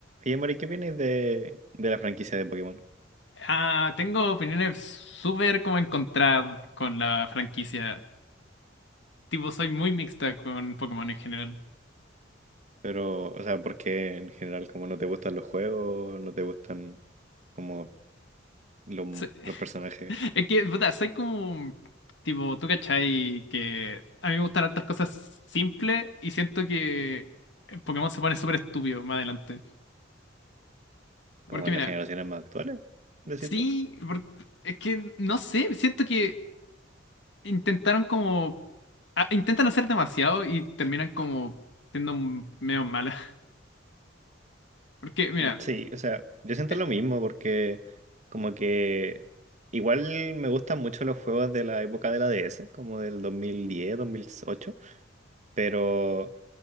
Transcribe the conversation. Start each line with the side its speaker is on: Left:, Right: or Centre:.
Right: Oye, Mari, ¿qué opináis de, de la franquicia de Pokémon?
Left: Ah, tengo opiniones súper como encontradas con la franquicia. Tipo, soy muy mixta con Pokémon en general.
Right: Pero, o sea, porque en general como no te gustan los juegos, no te gustan como los,
Left: Se-
Right: los personajes
Left: <laughs> Es que, puta, soy como, tipo, tú cachai que a mí me gustan hartas cosas simples y siento que Pokémon se pone súper estúpido más adelante.
Right: como
Left: Porque
Right: en
Left: mira,
Right: las generaciones más actuales, decís
Left: sí,
Right: tú?
Left: por- es que no sé, siento que intentaron como, ah, intentan hacer demasiado y terminan como siendo m- medio malas. <laughs> Porque mira,
Right: Mm, Sí, o sea, yo siento
Left: eh,
Right: lo mismo porque como que igual me gustan mucho los juegos de la época de la DS, como del dos dos mil diez dos mil ocho pero